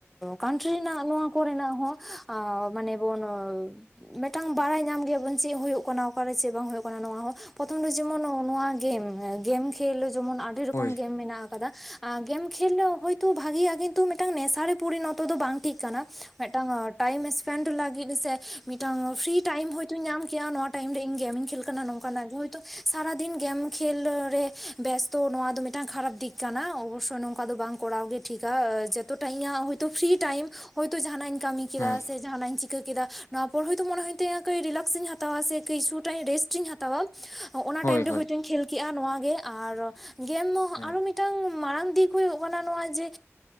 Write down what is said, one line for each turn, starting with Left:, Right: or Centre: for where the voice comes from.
Centre: ᱠᱟᱱᱴᱨᱤ ᱨᱮᱱᱟᱜ ᱱᱚᱣᱟ ᱠᱚᱨᱮᱱᱟᱜ ᱦᱚᱸ, ᱟᱸ ᱢᱟᱱᱮ ᱵᱚᱱ-ᱼ ᱢᱤᱫᱴᱟᱝ ᱵᱟᱲᱟᱭ ᱧᱟᱢ ᱜᱮᱭᱟ ᱵᱚᱱ ᱪᱮᱫ ᱦᱩᱭᱩᱜ ᱠᱟᱱᱟ ᱚᱠᱟᱨᱮ ᱪᱮᱫ ᱵᱟᱝ ᱦᱩᱭᱩᱜ ᱠᱟᱱᱟ ᱱᱚᱣᱟ ᱦᱚᱸ, ᱯᱨᱚᱛᱷᱚᱢ ᱫᱚ ᱡᱮᱢᱚᱱ ᱱᱚᱣᱟ ᱜᱮᱢ, ᱜᱮᱢ ᱠᱷᱮᱞ ᱡᱮᱢᱚᱱ ᱟᱹᱰᱤ ᱨᱚᱠᱚᱢ
Left: ᱦᱳᱭ
Centre: ᱜᱮᱢ ᱢᱮᱱᱟᱜ ᱠᱟᱫᱟ, ᱟ ᱜᱮᱢ ᱠᱷᱮᱞ ᱫᱚ ᱦᱚᱭᱛᱳ ᱵᱷᱟᱜᱮᱭᱟ ᱠᱤᱱᱛᱩ ᱢᱤᱫᱴᱟᱝ ᱱᱮᱥᱟ ᱨᱮ ᱯᱚᱨᱤᱱᱚᱛᱚ ᱫᱚ ᱵᱟᱝ ᱴᱷᱤᱠ ᱠᱟᱱᱟ ᱢᱤᱫᱴᱟᱝ ᱴᱟᱭᱤᱢ ᱥᱯᱮᱱᱰ ᱞᱟᱜᱤᱫ ᱦᱮᱸ ᱥᱮ ᱢᱤᱫᱴᱟᱝ ᱯᱷᱨᱤ ᱴᱟᱭᱤᱢ ᱦᱚᱭᱛᱳᱧ ᱧᱟᱢ ᱠᱮᱭᱟ ᱱᱚᱣᱟ ᱴᱟᱭᱤᱢ ᱨᱮ ᱤᱧ ᱜᱮᱢᱤᱧ ᱠᱷᱮᱞ ᱠᱟᱱᱟ ᱱᱚᱝᱠᱟᱱᱟᱜ ᱜᱮ ᱦᱚᱣ ᱛᱚ ᱥᱟᱨᱟ ᱫᱤᱱ ᱜᱮᱢ ᱠᱷᱮᱞ ᱨᱮ ᱵᱮᱥᱛᱚ ᱱᱚᱣᱟ ᱫᱚ ᱢᱤᱫᱴᱟᱝ ᱠᱷᱟᱨᱟᱯ ᱫᱤᱠ ᱠᱟᱱᱟ ᱚᱵᱚᱥᱥᱳᱭ ᱱᱚᱝᱠᱟ ᱫᱚ ᱵᱟᱝ ᱠᱚᱨᱟᱣ ᱜᱮ-ᱼ ᱴᱷᱤᱠᱟ, ᱡᱚᱛᱚᱴᱟ ᱤᱧᱟᱹᱜ ᱦᱚᱭᱛᱳ ᱯᱷᱨᱤ ᱴᱟᱭᱤᱢ ᱦᱚᱭᱛᱳ ᱡᱟᱦᱟᱸᱱᱟᱜ ᱤᱧ ᱠᱟᱢᱤ ᱠᱮᱫᱟ
Left: ᱦᱳᱭ
Centre: ᱥᱮ ᱡᱟᱦᱟᱸᱱᱟᱜ ᱤᱧ ᱪᱤ ᱠᱮᱫᱟ ᱱᱚᱣᱟ ᱯᱚᱨ ᱦᱚᱭᱛᱳ ᱢᱚᱱᱮ ᱦᱩᱭᱩᱜ ᱛᱤᱧᱟᱹ, ᱠᱟᱹᱡ ᱨᱤᱞᱟᱠᱥᱤᱧ ᱦᱟᱛᱟᱣᱟ ᱥᱮ ᱠᱤᱪᱷᱩ ᱴᱟ ᱨᱮᱥᱴᱤᱧ ᱦᱟᱛᱟᱣᱟ ᱾ ᱚᱱᱟ
Left: ᱦᱳᱭ
Centre: ᱴᱟᱭᱤᱢ ᱨᱮ
Left: ᱦᱳᱭ
Centre: ᱦᱚᱭᱛᱳᱧ ᱠᱷᱮᱞ ᱠᱮᱜᱼᱟ ᱱᱚᱣᱟ ᱜᱮ, ᱟᱨ ᱜᱮᱢ ᱟᱨᱚ
Left: ᱦᱳᱭ
Centre: ᱢᱤᱫᱴᱟᱝ ᱢᱟᱲᱟᱝ ᱫᱤᱠ ᱦᱩᱭᱩᱜ ᱠᱟᱱᱟ ᱱᱚᱣᱟ ᱡᱮ,